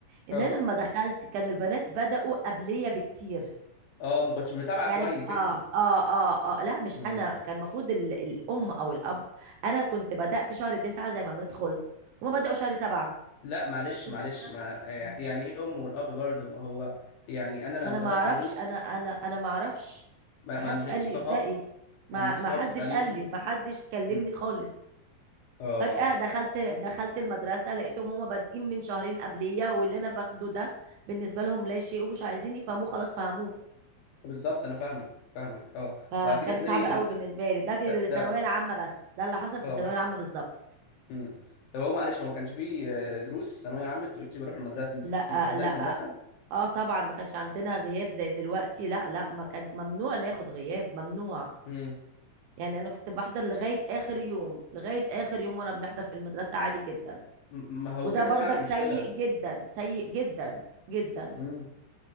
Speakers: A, on the right; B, on the left.
A: ان
B: اه
A: انا لما دخلت كانوا البنات بدأوا قبلية بكتير
B: اه ما كنتش متابعه
A: يعني
B: كويس
A: ب- اه
B: انت
A: اه اه اه لا مش
B: امم
A: انا كان المفروض ال- الام او الاب انا كنت بدأت شهر تسعة زي ما بندخل هما بدأوا شهر سبعة
B: لا معلش
A: كنت
B: معلش
A: داخلة
B: ما
A: مم.
B: يعني ايه الام والاب برضه ما هو يعني انا لما
A: ما انا
B: بدات
A: ما اعرفش
B: دروس
A: انا انا انا ما اعرفش
B: ما,
A: ما
B: ما
A: حدش
B: عندكش
A: قال لي
B: صحاب
A: ابدأي ما
B: ما عندكش
A: ما
B: صحاب
A: حدش
B: تساليهم
A: قال لي ما حدش كلمني
B: امم
A: خالص
B: اه
A: فجأة دخلت دخلت المدرسة لقيتهم هما بادئين من شهرين قبلية واللي انا باخده ده بالنسبة لهم لا شيء ومش عايزين يفهموه خلاص فهموه
B: بالظبط انا فاهمك فاهمك اه
A: فكان
B: واكيد هتلاقي
A: صعب قوي
B: ال...
A: بالنسبه لي ده في
B: ده,
A: الثانويه
B: ده
A: العامه بس ده اللي حصل في
B: اه
A: الثانويه العامه بالظبط
B: امم طب هو معلش هو ما كانش فيه آه، دروس في ثانويه عامه انت قلتي بروح المدرسه انت
A: لا
B: كنت بتحضري
A: لا
B: مدرسه
A: اه طبعا ما كانش عندنا غياب زي دلوقتي لا لا ما كان ممنوع ناخد غياب ممنوع
B: مم.
A: يعني انا كنت بحضر لغايه اخر يوم لغايه اخر يوم وانا بنحضر في المدرسه عادي جدا
B: م- ما هو
A: وده
B: كده
A: برضك
B: فعلا مشكلة
A: سيء جدا سيء جدا جدا
B: امم